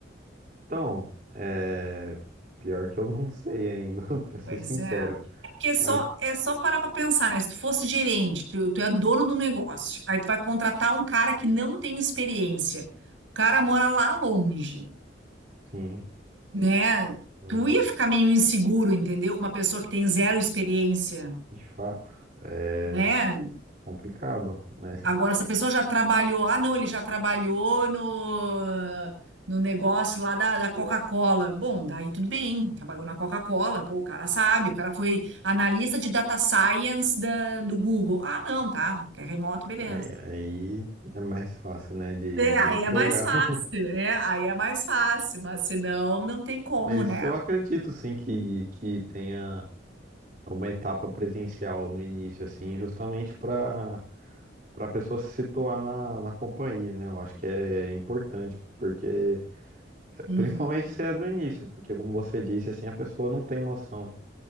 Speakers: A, on the right (about 45°); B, on the right (about 85°).
A: então, é, pior que eu não sei ainda, <laughs> para ser
B: Pois
A: sincero.
B: é. É porque é só,
A: Mas,
B: é só parar para pensar, né? Se tu fosse gerente, tu, tu é dono do negócio, aí tu vai contratar um cara que não tem experiência. O cara mora lá longe,
A: sim,
B: né?
A: hum,
B: Tu ia ficar meio inseguro, entendeu? Com Uma pessoa que tem zero experiência.
A: de fato, é
B: né?
A: complicado, né?
B: Agora, se a pessoa já trabalhou, ah, não, ele já trabalhou no, no negócio lá da, da Coca-Cola. Bom, daí tudo bem, trabalhou na Coca-Cola, pô, o cara sabe, o cara foi analista de data science da, do Google. Ah, não, tá, quer remoto, beleza.
A: Aí, aí é mais fácil, né, de,
B: É,
A: de
B: aí
A: entregar.
B: é mais fácil,
A: <laughs>
B: é, aí é mais fácil, mas senão não tem como,
A: Mas
B: né?
A: eu acredito sim que, que tenha uma etapa presencial no início, assim, justamente para para a pessoa se situar na, na companhia, né? Eu acho que é importante, porque
B: Uhum.
A: principalmente se é do início, porque como você disse, assim, a pessoa não tem noção.